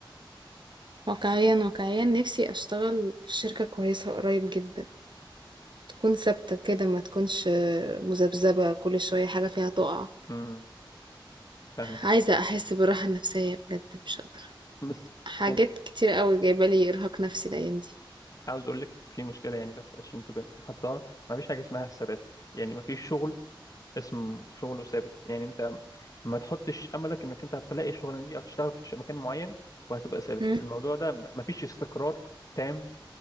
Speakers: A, on the right (about 65°); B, on the left (about 40°).
A: واقعيا واقعيا نفسي أشتغل في شركة كويسة قريب جدا تكون ثابتة كده ما تكونش مذبذبة كل شوية حاجة فيها تقع
B: امم فاهمك
A: عايزة أحس بالراحة النفسية بجد مش قادرة
B: بس
A: حاجات
B: يعني
A: كتير قوي جايبالي إرهاق نفسي الأيام دي
B: عاوز اقول لك في مشكله يعني بس عشان تبقى محطها ما فيش حاجه اسمها ثبات يعني ما فيش شغل اسم شغله ثابت يعني انت ما تحطش املك انك انت هتلاقي الشغلانه دي او تشتغل في ش- مكان معين وهتبقى ثابت
A: مم،
B: الموضوع ده ما ما فيش استقرار تام